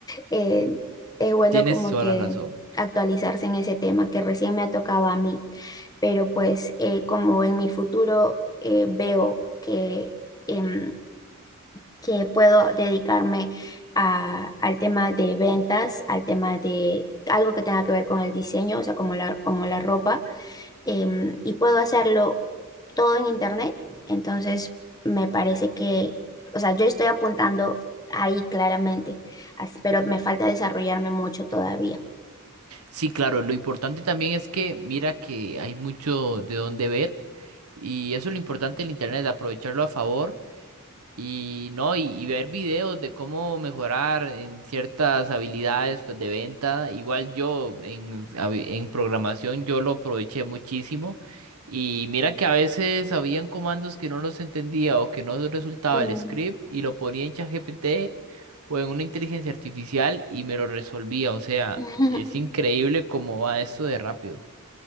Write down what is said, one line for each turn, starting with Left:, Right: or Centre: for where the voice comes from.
Left: eh, es bueno
Right: Tienes
Left: como
Right: toda
Left: que
Right: la razón.
Left: actualizarse en ese tema que recién me ha tocado a mí, pero pues eh, como en mi futuro eh, veo que... em, que puedo dedicarme a- al tema de ventas, al tema de algo que tenga que ver con el diseño, o sea, como la, como la ropa, em, y puedo hacerlo todo en internet. Entonces, me parece que, o sea, yo estoy apuntando ahí claramente, as- pero me falta desarrollarme mucho todavía.
Right: Sí, claro, lo importante también es que mira que hay mucho de dónde ver. Y eso es lo importante del internet, aprovecharlo a favor y no, y, y ver videos de cómo mejorar en ciertas habilidades pues, de venta. Igual yo en, habi- en programación yo lo aproveché muchísimo. Y mira que a veces habían comandos que no los entendía o que no resultaba
Left: Mm.
Right: el script y lo ponía en ChatGPT o en una inteligencia artificial y me lo resolvía. O sea,
Left: <laughs>
Right: es increíble cómo va esto de rápido.